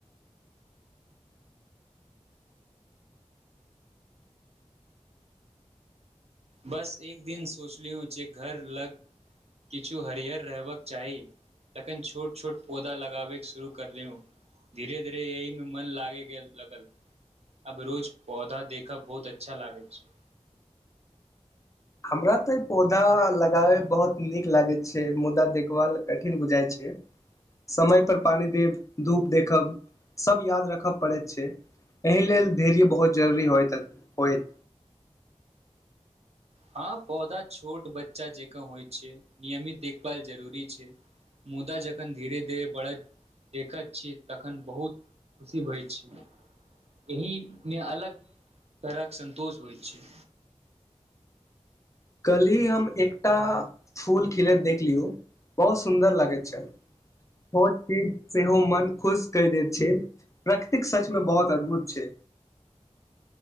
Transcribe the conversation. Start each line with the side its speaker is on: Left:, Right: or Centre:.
Right: बस एक दिन सोचली जे घर लग किछु हरियर रहबाक चाही तखन छोट छोट पौधा लगाबय कें शुरू करलिय धीरे धीरे एहिमे मन लागि गेल आब रोज पौधा देखब बहुत अच्छा लागैत छैक
Left: हमरा तऽ पौधा लगाबैमे बहुत नीक लागैत छैक मुदा देखभाल कठिन बुझाइत छैक समय पर पानी देब धूप देखब सब याद राखय पड़ैत छैक एहि लेल धैर्य बहुत जरुरी होइत छैक
Right: हँ पौधा छोट बच्चा जकाँ होइत छैक नियमित देखभाल जरूरी छैक मुदा जखन धीरे धीरे बढ़ैत देखैत छियैक तखन बहुत खुशी होइत छैट एहिमे अलग तरहक सन्तोष होइत छैक
Left: कलही हम एकटा फूल खिलैत देखलियौ बहुत सुन्दर लागैत छल छोट चीज सेहो मन खुश कहि दैत छै प्रकृतिक सचमे बहुत अद्भुत छै